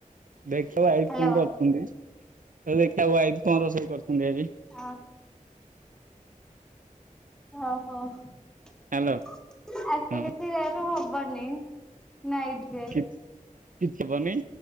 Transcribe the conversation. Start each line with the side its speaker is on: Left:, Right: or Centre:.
Right: ଦେଖିବ ଆଇ
Centre: ହ୍ୟାଲୋ
Right: ଫୋନ କରୁଛନ୍ତି? କହିଲି ଦେଖିଆ ୱାଇଫ କଣ ରୋଷେଇ କରୁଛନ୍ତି ଆଜି?
Centre: ହଁ। ଓହୋ ଆଜି
Right: ହ୍ୟାଲୋ
Centre: ତ
Right: ହଁ
Centre: କିଛି <inaudible> ଣ ହବ ବନି ନାଇଟରେ
Right: କିଛି କିଛି ହେବନି।